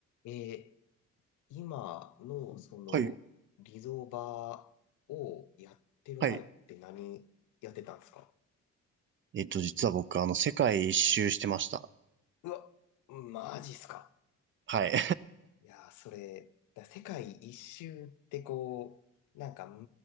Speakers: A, on the left (about 80°); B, on the right (about 40°).
A: えー今のそのリゾバをやってる前って何やってたんですか
B: はい。はい。えっと、実は僕、あの、世界一周してました。
A: うわ、マジっすか。
B: はい。
A: いやー、それ、だ世界一周ってこう、なんか